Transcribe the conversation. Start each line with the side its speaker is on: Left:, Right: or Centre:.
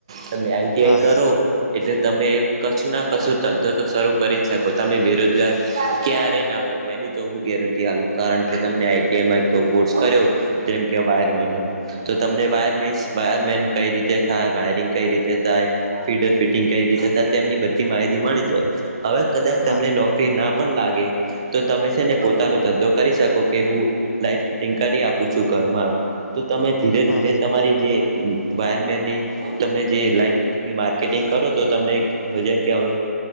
Right: તમે આઈટીઆઈ
Left: હા હા
Right: કરો એટલે તમે કશું ના કશું ધંધો તો શરૂ કરી જ શકો તમે બેરોજગાર ક્યારેય ના ભણો એમ. તો હું ગેરંટી આલુ કારણ કે તમેને આઈ ટી આઇ માં કોર્સ કર્યો તો એમ કે વાયરમેનનો. તો તમને વાયર મિસ વાયર મેન કઈ રીતે થાય વાય રરિંગ કઈ રીતે થાય ફીડરફિટિંગ કઈ રીતે થાય તેમની બધી માહિતી મળી જાય. હવે કદાચ
Left: હા
Right: તમને નોકરી ના પણ લાગે તો તમે છે ને પોતાનો ધંધો કરી શકો કે હું લાઈટ ફિટિંગ કરી આપું છું. ઘરમાં તો તમે ધીરે
Left: હા
Right: ધીરે તમારી જે વાયરમેનની તમે જે લાઈટ ફિટિંગની માર્કેટિંગ કરો તો તમને જેમ કેવું